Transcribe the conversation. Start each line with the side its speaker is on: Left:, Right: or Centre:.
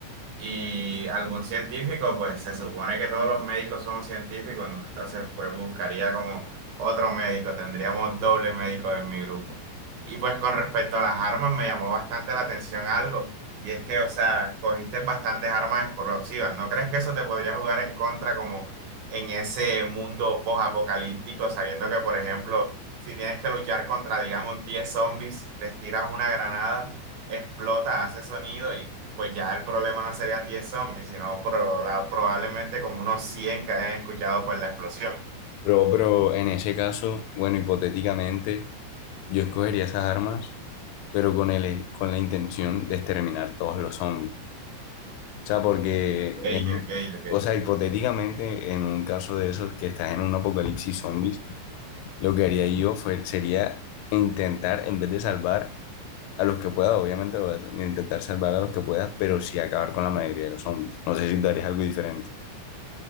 Right: Y algún científico, pues se supone que todos los médicos somos científicos, ¿no? Entonces, pues buscaría como otro médico, tendríamos doble médico en mi grupo. Y pues con respecto a las armas, me llamó bastante la atención algo, y es que, o sea, cogiste bastantes armas explosivas, ¿no crees que eso te podría jugar en contra como en ese mundo post-apocalíptico, sabiendo que, por ejemplo, si tienes que luchar contra, digamos, 10 zombies, les tiras una granada, explota, hace sonido y pues ya el problema no serían 10 zombies, sino proba- probablemente como unos 100 que hayan escuchado por la explosión.
Left: Bro, pero en ese caso, bueno, hipotéticamente, yo escogería esas armas, pero con el, con la intención de exterminar todos los zombies. O sea, porque,
Right: Ey,
Left: en-
Right: ok, ok.
Left: o sea, hipotéticamente, en un caso de esos que estás en un apocalipsis zombies, lo que haría yo fue, sería intentar, en vez de salvar a los que pueda, obviamente lo voy a intentar salvar a los que pueda, pero sí acabar con la mayoría de los zombies. No sé si tú harías algo diferente.